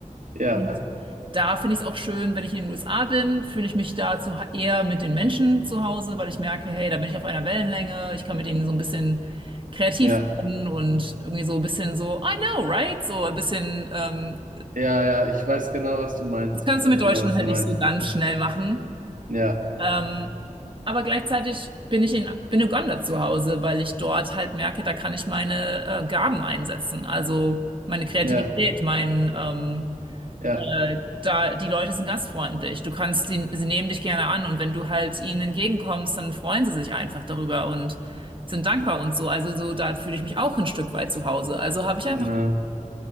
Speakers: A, on the right (about 80°); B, on the right (about 40°).
A: ja,
B: und da finde ich es auch schön, wenn ich in den USA bin, fühle ich mich da zu, eher mit den Menschen zu Hause, weil ich merke, hey, da bin ich auf einer Wellenlänge, ich kann mit denen so ein bisschen kreativ
A: ja,
B: werden und irgendwie so ein bisschen so, I know, right? So ein bisschen, ähm,
A: ja, ja. Ich weiß genau, was du meinst.
B: das kannst
A: Ich weiß
B: du mit
A: genau,
B: Deutschen
A: was
B: halt
A: du meinst.
B: nicht so ganz schnell machen.
A: Ja,
B: Ähm, aber gleichzeitig bin ich in, bin Uganda zu Hause, weil ich dort halt merke, da kann ich meine äh, Gaben einsetzen. Also meine Kreativität,
A: ja,
B: mein, ähm,
A: ja,
B: äh, da, die Leute sind gastfreundlich. Du kannst, sie, sie nehmen dich gerne an und wenn du halt ihnen entgegenkommst, dann freuen sie sich einfach darüber und sind dankbar und so. Also so, da fühle ich mich auch ein Stück weit zu Hause. Also habe ich einfach
A: genau.